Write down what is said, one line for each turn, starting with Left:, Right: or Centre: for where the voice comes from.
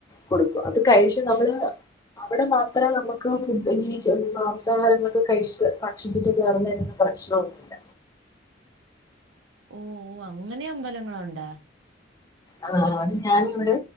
Left: കൊടുക്കും അത് കഴിച്ച് നമ്മള് അവിടെ മാത്ര നമുക്ക് ഫുഡ് <unintelligible> ഈ മാംസാഹാരങ്ങളൊക്കെ കഴിച്ചിട്ട് ഭക്ഷിച്ചിട്ട് കേറുന്നെന്ന് പ്രശ്നൊന്നുല്ല
Right: ഓ ഓ അങ്ങനെ അമ്പലങ്ങളണ്ടാ?
Left: ആ അത് ഞാനും എവിടെ?